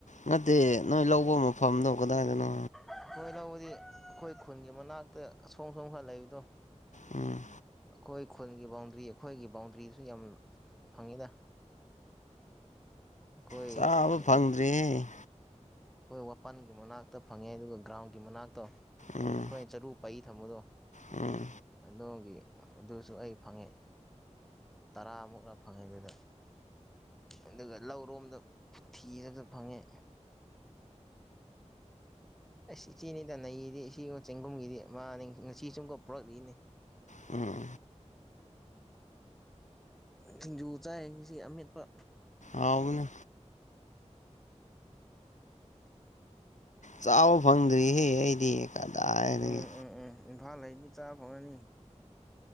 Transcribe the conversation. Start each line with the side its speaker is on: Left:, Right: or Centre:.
Left: ꯅꯠꯇꯦ ꯅꯣꯏ ꯂꯧꯕ ꯃꯐꯝꯗꯣ ꯀꯗꯥꯏꯗꯅꯣ
Centre: ꯑꯩꯈꯣꯏ ꯂꯧꯕꯗꯤ ꯑꯩꯈꯣꯏ ꯈꯨꯟꯒꯤ ꯃꯅꯥꯛꯇ ꯑꯁꯣꯝ ꯁꯣꯝ ꯈꯔ ꯂꯩꯕꯗꯣ
Left: ꯎꯝ
Centre: ꯑꯩꯈꯣꯏ ꯈꯨꯜꯒꯤ ꯕꯥꯎꯟꯗ꯭ꯔꯤ ꯑꯩꯈꯣꯏꯒꯤ ꯕꯥꯎꯟꯗ꯭ꯔꯤꯁꯨ ꯌꯥꯝ ꯐꯪꯉꯤꯅ ꯑꯩꯈꯣꯏ
Left: ꯆꯥꯕ
Centre: ꯀꯩꯅꯣ
Left: ꯐꯪꯗ꯭ꯔꯤꯍꯦ
Centre: ꯑꯩꯈꯣꯏ ꯋꯥꯄꯜꯒꯤ ꯃꯅꯥꯛꯇ ꯐꯪꯉꯦ ꯑꯗꯨꯒ ꯒ꯭ꯔꯥꯎꯟꯒꯤ ꯃꯅꯥꯛꯇꯣ
Left: ꯎꯝ
Centre: ꯑꯩꯈꯣꯏ ꯆꯔꯨꯛ ꯄꯩ ꯊꯝꯃꯗꯣ
Left: ꯎꯝ
Centre: ꯑꯗ ꯍꯣꯡꯒꯦ ꯑꯗꯨꯁꯨ ꯑꯩ ꯐꯪꯉꯦ ꯇꯔꯥꯃꯨꯛꯅ ꯐꯪꯉꯦ ꯑꯗꯨꯗ ꯑꯗꯨꯒ ꯂꯧꯔꯣꯝꯗ ꯊꯤꯗꯗ ꯐꯪꯉꯦ ꯑꯁ ꯏꯆꯦꯅꯤ ꯇꯅꯩꯗꯤ ꯏꯆꯦꯒ ꯆꯦꯡꯒꯨꯝꯒꯤꯗꯤ ꯃꯥꯅꯤ ꯉꯁꯤ ꯆꯨꯝꯒ ꯄꯨꯔꯛꯂꯤꯅꯤ
Left: ꯎꯝ
Centre: ꯁꯤꯡꯖꯨ ꯆꯥꯏꯁꯤ ꯑꯃꯦꯠꯄ
Left: ꯑꯥꯎꯒꯅꯦ ꯆꯥꯎꯕ ꯐꯪꯗ꯭ꯔꯤꯍꯦ ꯑꯩꯗꯤ ꯀꯗꯥꯏꯗꯒꯤ
Centre: ꯎꯝ ꯎꯝ ꯎꯝ ꯏꯝꯐꯥꯜ ꯂꯩꯅꯤ ꯆꯥꯕ ꯐꯣꯡꯉꯅꯤ